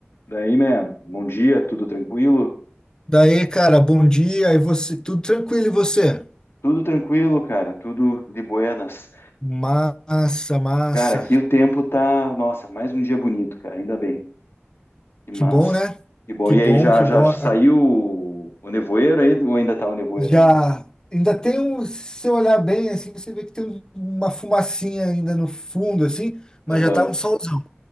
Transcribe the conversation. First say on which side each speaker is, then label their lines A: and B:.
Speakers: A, on the left; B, on the left.
A: Daí, man, bom dia, tudo tranquilo?
B: Daí, cara, bom dia. E você, tudo tranquilo e você?
A: Tudo tranquilo, cara, tudo de buenas.
B: Massa, massa.
A: Cara, aqui o tempo tá, nossa, mais um dia bonito, cara, ainda bem. Que massa.
B: Que bom, né?
A: Que bom.
B: Que
A: E
B: bom,
A: aí, já,
B: que
A: já
B: bom.
A: saiu
B: A-
A: o o nevoeiro aí? Ou ainda tá o nevoeiro
B: Já
A: ainda?
B: ainda tem um, se você olhar bem assim, você vê que tem um- uma fumacinha ainda no fundo assim, mas
A: Aham.
B: já tá um solzão,